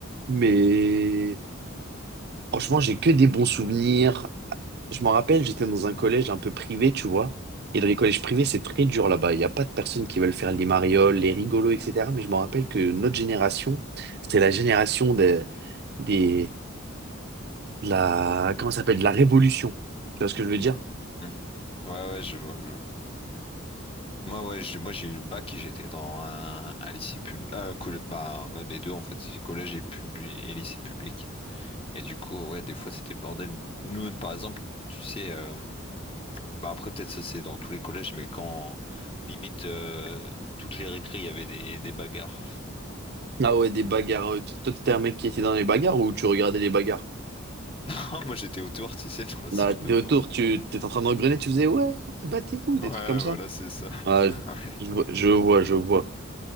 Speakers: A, on the right; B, on the left.
A: Mais franchement, j'ai que des bons souvenirs. Je m'en rappelle, j'étais dans un collège un peu privé, tu vois. Et dans les collèges privés, c'est très dur là-bas. Il n'y a pas de personnes qui veulent faire les marioles, les rigolos, etc. Mais je me rappelle que notre génération, c'était la génération des, des, de la, comment ça s'appelle, de la révolution. Tu vois ce que je veux dire?
B: Hmm. Ouais, ouais, je vois, je vois. Moi, ouais, j'ai- moi j'ai eu le bac et j'étais dans un, un lycée pub, euh, bah ouais, les deux en fait, c'est collège et, publi- et lycée public. Et du coup, ouais, des fois c'était le bordel. Nous, par exemple, tu sais, euh, bah après peut-être ça c'est dans tous les collèges, mais quand limite euh, toutes les récré, il y avait des, des bagarres.
A: Ah ouais, des bagarres. Euh, Toi, toi, t'étais un mec qui était dans les bagarres ou tu regardais les bagarres?
B: <laughs> Moi j'étais autour, tu sais, dans le
A: Là,
B: cercle
A: t'étais
B: autour.
A: autour, tu t'étais en train d'engrener, tu faisais ouais, ouais, battez-vous, des
B: Ouais,
A: trucs comme ça.
B: voilà, c'est ça.
A: Ah,
B: <laughs> Ouais.
A: je, je vois, je vois, je vois.